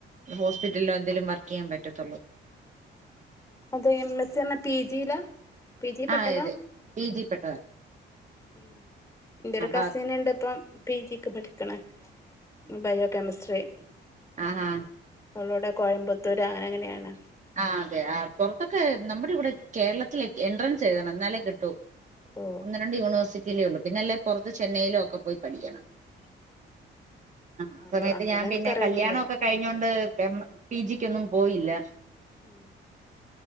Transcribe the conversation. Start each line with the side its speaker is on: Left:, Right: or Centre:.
Right: ഹോസ്പിറ്റല്ലോ എന്തേലും വർക്കെയ്യാൻ പറ്റത്തൊള്ളൂ
Left: അതെ M S C P G ലാ പി ജി പെട്ടതാ
Right: ആ അതെ പി ജി പെട്ടതാ
Left: ഉം എന്റൊര്
Right: അപ്പൊ
Left: കസിന്ണ്ട് ഇപ്പം പി ജീക്ക് പഠിക്കണ് ഉം ബയോകെമിസ്ട്രി
Right: ആഹ് ഹാ
Left: അവളെവ്ടെ കോയമ്പത്തൂര് അങ്ങന എങ്ങനെയാണ്
Right: ആഹ് അതെ അ പൊറത്തൊക്കെ നമ്മട ഇവ്ടെ കേരളത്തിലെക്കെ എൻട്രൻസ് എഴ്‌തണം എന്നാലെ കിട്ടൂ
Left: ഓ
Right: ഒന്ന് രണ്ട് യൂണ്വേഴ്സിറ്റിലേ ഒള്ളു പിന്ന അല്ലേ പൊറത്ത് ചെന്നൈയ്ലോ ഒക്ക പോയി പഠിക്കണം ആഹ്
Left: അത്
Right: സമയത്ത്
Left: അങ്ങനെ
Right: ഞാൻ
Left: എനിക്കറിയത്തില്ലായിരുന്നു
Right: പിന്നെ കല്യാണോ ഒക്ക കയ്ഞ്ഞോണ്ട് പേം പി ജിക്കൊന്നും പോയില്ല
Left: ഉം